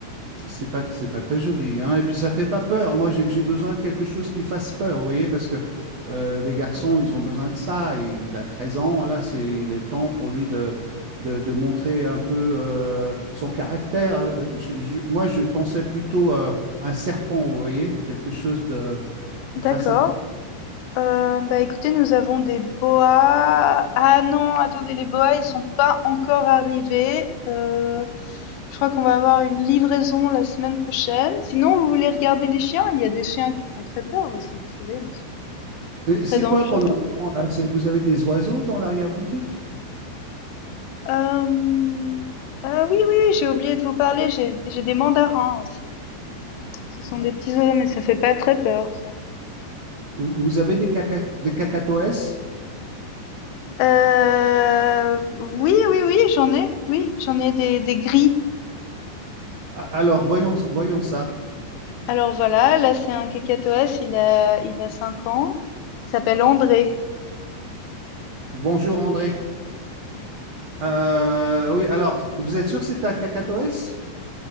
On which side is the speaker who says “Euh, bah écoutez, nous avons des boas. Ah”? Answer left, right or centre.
Left